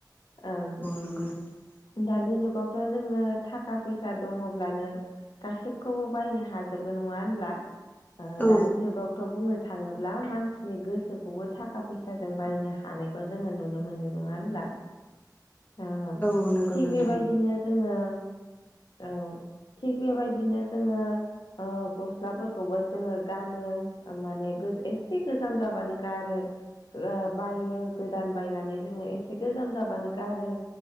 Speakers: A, on the left; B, on the left.
A: ओम
B: नंगौ नोंथां
A: दानि जुगावथ' जोङो थाखा फैसा दङब्लानो गासिबखौबो बायनो हाजोबो नङा होनब्ला? ओ
B: औ
A: दानि जुगावथ' बुंनो थाङोब्ला मानसिनि गोसोखौबो थाखा फैसाजों बायनो हानायखौ जोङो नुनो मोनो नङा होनब्ला। औ
B: नंगौ नोंथां।
A: थिग बेबायदिनो जोङो औ थिग बेबायदिनो जोङो ओ गस्लाफोरखौबो जोङो गानो माने एसे गोजाम जाबानो गारो। ओ बायो गोदान बायनानै जोङो एसे गोजाम जाबानो गारो।